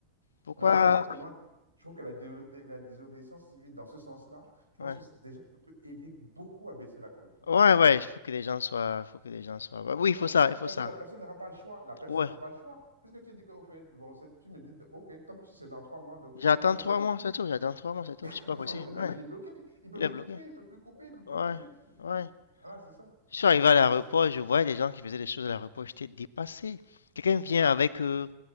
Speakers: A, on the left; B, on the right.
A: Pourquoi?
B: Donc, c'est pour ça que moi, je trouve que la, dé- dé- la désobéissance civile, dans ce sens-là, je pense
A: Ouais.
B: que c'est- déjà, ça peut aider beaucoup à baisser la corruption.
A: Ouais, ouais, il faut que les gens soient, il faut que les gens soient. Ouais, Oui, il
B: Ah,
A: faut
B: parce
A: ça,
B: que, de
A: il
B: toute
A: faut
B: façon,
A: ça.
B: la personne n'aura pas le choix. La personne
A: Ouais.
B: n'aura pas le choix. Puisque tu dis qu'au fait, bon, c'est- tu me dis, ok, comme tu sais, dans trois mois, ben, ok,
A: J'attends
B: on se voit
A: trois
B: dans trois
A: mois,
B: mois.
A: c'est tout. J'attends trois mois, c'est tout.
B: <laughs>
A: Je suis pas pressé.
B: Donc, le mec,
A: Ouais.
B: il est bloqué. Il peut
A: Il est
B: plus
A: bloqué.
B: couper, il peut plus couper, il peut plus
A: Ouais.
B: couper, il peut plus couper.
A: Ouais.
B: Voilà, c'est ça.
A: Je suis arrivé à
B: Donc,
A: l'aéroport,
B: c'est ça.
A: je voyais des gens qui faisaient des choses à l'aéroport. J'étais dépassé. Quelqu'un vient avec euh,